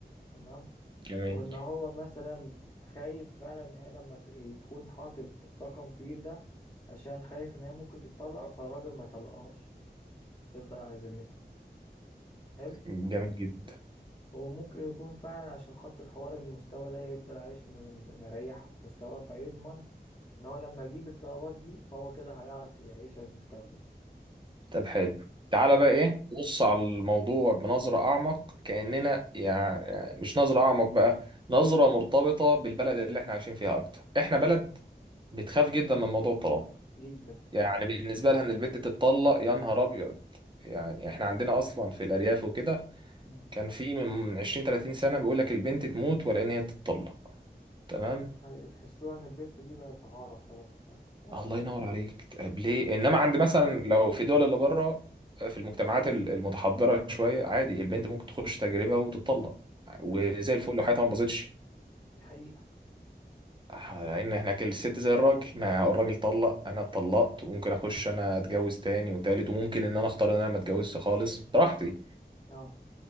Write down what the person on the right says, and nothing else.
جميل
جميل جدا
طب حلو تعالى
بقى ايه بص على الموضوع بنظرة اعمق كأننا يعني مش نظرة اعمق بقى نظرة مرتبطة بالبلد اللي احنا عايشين فيها اكتر احنا بلد بتخاف جدا من موضوع الطلاق
يعني بالنسبة لها ان البنت تتطلق يا نهار ابيض يعني احنا عندنا اصلا في الارياف وكده
كان في من 20 30 سنة بيقول لك البنت تموت ولا ان هي تتطلق تمام
الله
ينور عليك طب ليه انما عند مثلا لو في دول اللي بره آه، في المجتمعات ال- المتحضره شويه عادي البنت ممكن تخش تجربه وتطلق وزي
الفل لو حياتها ما باظتش
آه، لان هناك الست زي الراجل ما الراجل طلق انا اتطلقت وممكن اخش انا اتجوز تاني وتالت وممكن ان انا اختار ان انا ما اتجوزش خالص براحتي